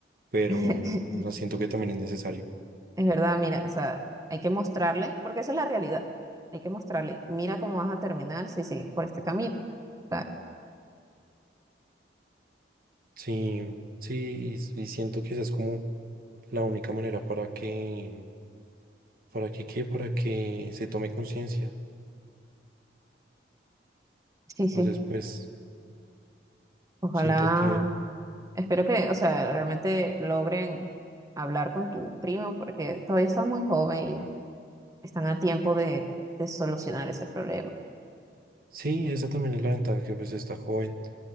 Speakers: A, on the right; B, on the right.
A: pero
B: <laughs>
A: o sea, siento que también es necesario.
B: Es verdad, mira, o sea, hay que mostrarle, porque esa es la realidad. Hay que mostrarle, mira cómo vas a terminar si sigues por este camino. O sea,
A: Sí, sí, y, y siento que esa es como la única manera para que, para que, ¿qué? Para que se tome conciencia.
B: sí, sí,
A: Entonces, pues
B: ojalá,
A: siento que...
B: espero que, o sea, realmente logren hablar con tu primo, porque todavía está muy joven y están a tiempo de, de solucionar ese problema.
A: Sí, esa también es la ventaja que pues está joven.